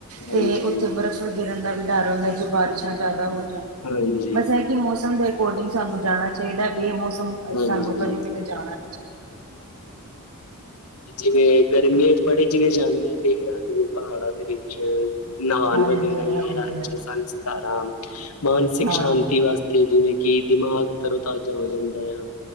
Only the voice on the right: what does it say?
ਤੇ ਉੱਥੇ ਬਰਫ਼ ਗਿਰਨ ਦਾ ਵੀ ਡਰ ਹੁੰਦਾ ਹੈ। ਜੋ ਬਾਰਿਸ਼ਾਂ ਜ਼ਿਆਦਾ ਹੋ ਜਾਣ।
ਵਸਾ ਹੈ ਕਿ। ਮੌਸਮ ਦੇ ਅਕੋਰਡਿੰਗ। ਸਾਨੂੰ ਜਾਣਾ ਚਾਹੀਦਾ। ਬੇਮੌਸਮ।
ਸਾਨੂੰ ਕਰਰੇਟ ਜਾਣਾ।
ਹਾਂਜੀ
ਹਾਂਜੀ
ਹਾਂ